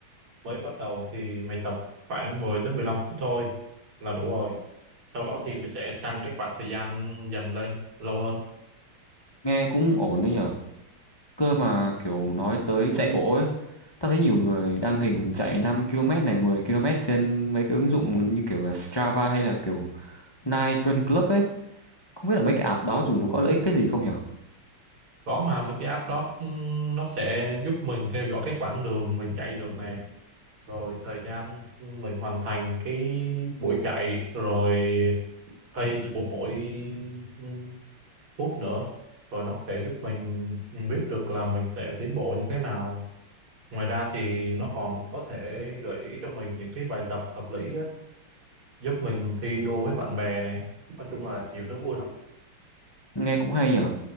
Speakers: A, on the right; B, on the left.
A: mới bắt đầu thì mày tập khoảng 10 tới 15 phút thôi là đủ rồi sau đó thì mày sẽ tăng cái khoảng thời gian dần lên lâu hơn
B: nghe cũng ổn đấy nhở cơ mà kiểu nói tới chạy bộ ấy tao thấy nhiều người đăng hình chạy 5 km này 10 km trên mấy cái ứng dụng như kiểu là Strava hay là kiểu Nike Run Club ấy không biết là mấy cái app đó dùng có lợi ích cái gì không nhở
A: có mà mấy cái app đó ừm, nó sẽ giúp mình theo dõi cái quãng đường mình chạy được nè rồi thời gian mình hoàn thành cái buổi chạy rồi pace của mỗi ừ, phút nữa rồi nó có thể giúp mình biết được là mình sẽ tiến bộ như thế nào ngoài ra thì nó còn có thể gợi ý cho mình những cái bài tập hợp lý á, giúp mình thi đua với bạn bè này nói chung là nhiều thứ vui lắm
B: nghe cũng hay nhở